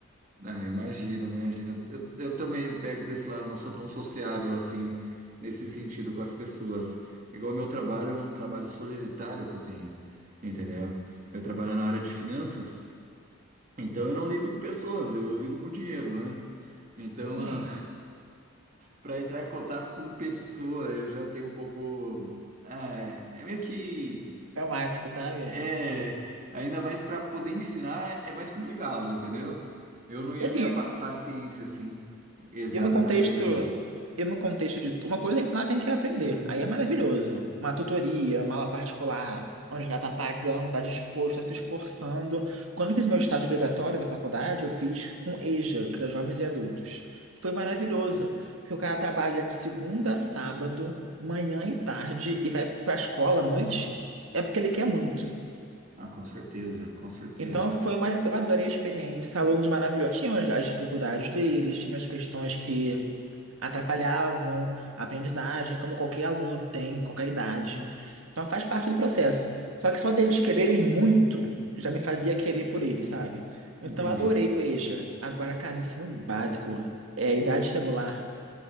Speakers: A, on the right; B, on the right.
A: ah, imagino, imagino. Eu, eu também pego para esse lado, não sou tão sociável assim, nesse sentido, com as pessoas. Igual meu trabalho é um trabalho solitário que eu tenho, entendeu? Eu trabalho na área de finanças, então eu não lido com pessoas, eu lido com dinheiro, né? Então,
B: Sim,
A: para <laughs> entrar em contato com pessoa, eu já tenho um pouco. ah, é é meio que
B: é um clássico, sabe?
A: É, ainda mais para poder ensinar é mais complicado, entendeu? Eu não ia
B: E assim,
A: ter a pa- paciência assim exata
B: e no contexto,
A: para poder ensinar.
B: e no contexto de uma coisa é ensinar quem quer aprender. Aí é maravilhoso. Uma tutoria, uma aula particular, onde o cara tá pagando, tá disposto, tá se esforçando. Quando eu fiz meu estágio obrigatório da faculdade, eu fiz com EJA, que era jovens e adultos. Foi maravilhoso, porque o cara trabalha de segunda a sábado, manhã e tarde, e vai pra escola à noite. É porque ele quer muito.
A: Ah, com certeza, com certeza.
B: Então foi uma, eu adorei a experiência, alunos maravilhosos, tinham as as dificuldades deles, tinham as questões que atrapalhavam a aprendizagem, como qualquer aluno tem, em qualquer idade. Então faz parte do processo. Só que só deles quererem muito já me fazia querer por eles, sabe? Então
A: Entendi.
B: adorei o EJA. Agora, cara, ensino básico, é idade regular,